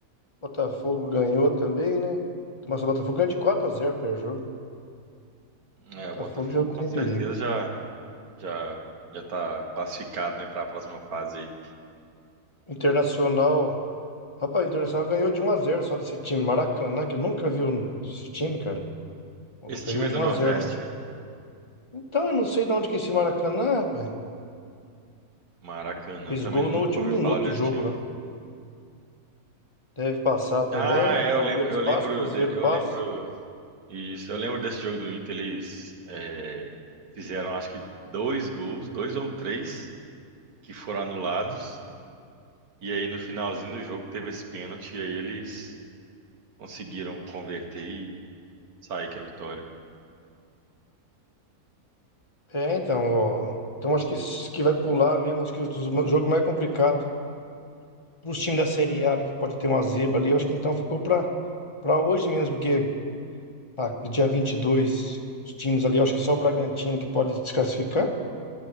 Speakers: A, on the left (about 25°); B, on the right (about 70°).
A: Botafogo ganhou também, né? Mas o Botafogo ganhou de 4x0 o primeiro jogo. O
B: É,
A: Botafogo
B: o Botafogo
A: já não
B: com
A: tem
B: certeza
A: perigo.
B: já, já, já tá classificado, né, para a próxima fase aí.
A: Internacional. Rapaz, o Internacional ganhou de um a zero só desse time. Maracanã, que eu nunca viu esse time, cara.
B: Esse
A: Ganhou
B: time
A: de
B: é do
A: um
B: Nordeste?
A: a zero Então, eu não sei de onde que é esse Maracanã, rapaz.
B: Maracanã,
A: Fez
B: eu também
A: gol
B: nunca
A: no último
B: ouvi
A: minuto
B: falar desse
A: do jogo
B: time.
A: lá. Deve passar também.
B: Ah, é,
A: Palmeiras
B: eu lembro, eu
A: passa,
B: lembro,
A: Cruzeiro
B: de- eu
A: passa.
B: lembro Isso, eu lembro desse jogo do Inter, eles é, fizeram acho que dois gols, dois ou três, que foram anulados. E aí no finalzinho do jogo teve esse pênalti, e aí eles conseguiram converter e sair com a vitória.
A: É, então, ó, então acho que, s- que vai pular mesmo. Acho que o jogo mais complicado os times da Série A ali, que pode ter uma zebra ali. Eu acho que então ficou para para hoje mesmo, porque ah, dia 22 os times ali, eu acho que é só o Bragantino que pode desclassificar.